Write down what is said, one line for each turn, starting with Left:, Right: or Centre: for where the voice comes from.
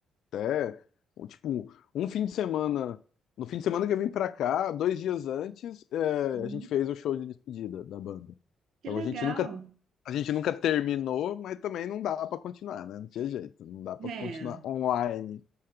Left: até, ou, tipo, um fim de semana. No fim de semana que eu vim pra cá, dois dias antes, é,
Right: uhum,
Left: a gente fez o show de despedida da banda.
Right: que
Left: Então
Right: legal.
Left: a gente nunca, a gente nunca terminou, mas também não dá pra continuar, né? Não tinha jeito, não dá pra
Right: É.
Left: continuar online.